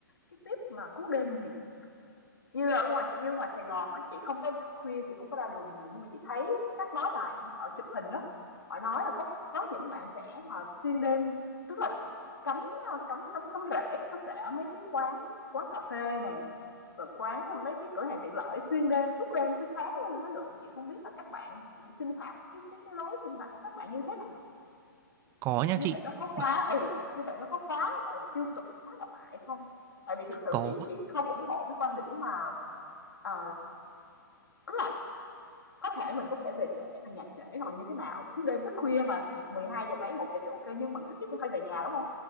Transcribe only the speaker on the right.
có nha
chị
bạn
có